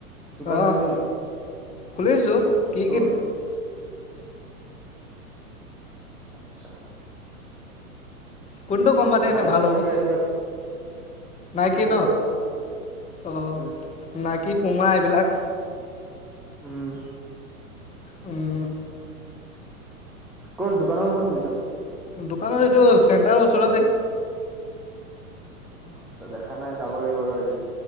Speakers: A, in the centre; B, on the left.
A: দোকান
B: আহ'
A: খুলিছ নেকি?
B: খুলিছো কি
A: ক'ত? আচ্ছা।
B: কোনটো কোম্পানী
A: নাইকি
B: নে ভাল
A: চাইকি
B: হ'ব
A: ৰাখিব,
B: নাইকি
A: চাইকি
B: ন
A: ৰাখিব
B: অ'
A: উম,
B: নাইকি পূমা এইবিলাক।
A: উম'।
B: উ'।
A: ক'ত দোকানখন ক'ত খুলিছ?
B: দোকানৰ এইটো চেণ্টাৰৰ ওচৰতে।
A: আচ্ছা দেখা নাই যাব লাগিব ৰ এদিন।